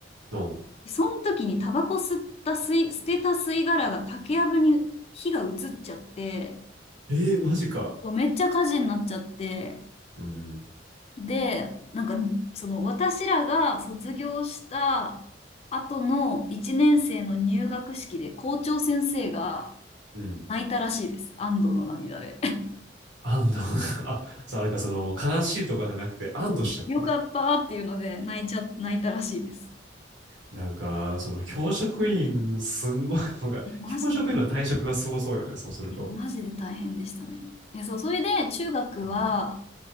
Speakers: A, on the right; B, on the left.
A: の、
B: その時にタバコ吸った吸い、捨てた吸い殻が竹やぶに火が移っちゃって、
A: えー、マジか。
B: めっちゃ火事になっちゃって、
A: うん、
B: で、なんか、その私らが卒業した後の1年生の入学式で校長先生が
A: うん。
B: 泣いたらしいです。安堵の涙で。
A: 安堵 <laughs> あ、そうあれか、その、悲しいとかじゃなくて、安堵しちゃった。
B: <laughs> そうよかったっていうので泣いちゃ、泣いたらしいです。
A: なんか、その、教職員、すんごい、<laughs> 僕が、
B: え、マジで、
A: 教職員の退職がすごそうよね、そうすると。
B: え、マジで大変でしたね。え、そう、それで中学は、
A: うん、